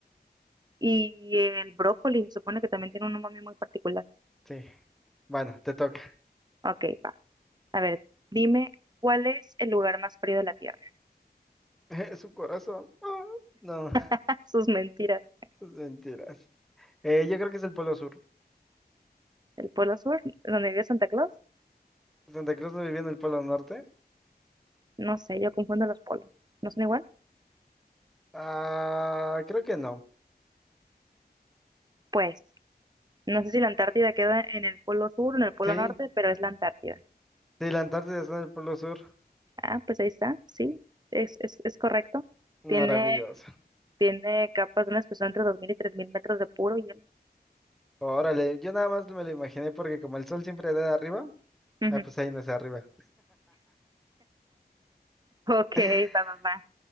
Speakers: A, on the right; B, in the centre.
A: Y el brócoli se supone que también tiene un umami muy particular.
B: Sí. Bueno, te toca.
A: Ok, va. A ver, dime, ¿cuál es el lugar más frío de la Tierra?
B: <laughs> Su corazón. Ah, no,
A: <laughs> Sus mentiras.
B: <laughs> sus mentiras. Eh, yo creo que es el Polo Sur.
A: ¿El Polo Sur? ¿Donde vive Santa Claus?
B: Santa Cruz no vivía en el Polo Norte.
A: No sé, yo confundo los polos. ¿No son igual?
B: Ah, creo que no.
A: Pues, no sé si la Antártida queda en el Polo Sur o en el Polo
B: Sí,
A: Norte, pero es la Antártida.
B: sí, la Antártida está en el Polo Sur.
A: Ah, pues ahí está, sí, es, es, es correcto.
B: Maravilloso.
A: Tiene, tiene capas de una espesor entre 2.000 y 3.000 metros de puro hielo.
B: Órale, yo nada más me lo imaginé porque como el sol siempre da de arriba,
A: Ujú.
B: ah, pues ahí no es arriba.
A: Ok,
B: <laughs>
A: va, va, va.